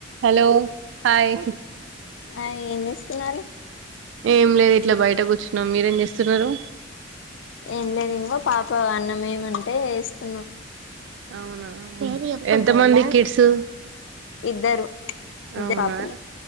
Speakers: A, on the right; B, on the left.
A: Hello hi
B: ఆ ఏం చేస్తున్నారు
A: ఏ లేదు ఇట్లా బయట కూర్చున్నాం మీరేం చేస్తున్నారు
B: ఏం లేదు ఇంకో పాప అన్నం వేమంటే వేస్తున్నాం
A: అవునా ఎంత మంది కిడ్స్
B: ఇద్దరు ఇద్దరు
A: అవునా
B: పాపలు